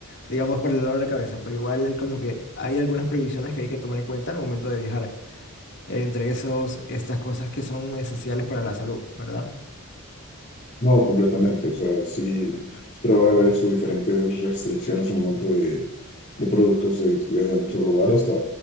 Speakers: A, on the left (about 55°); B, on the left (about 35°).
A: digamos, para el dolor de cabeza, pero igual como que hay algunas prohibiciones que hay que tomar en cuenta al momento de viajar, entre esos, estas cosas que son esenciales para la salud, ¿verdad?
B: No, completamente. O sea, sí, pero van a haber sus diferentes restricciones al momento de, de productos de- desde un solo lugar hasta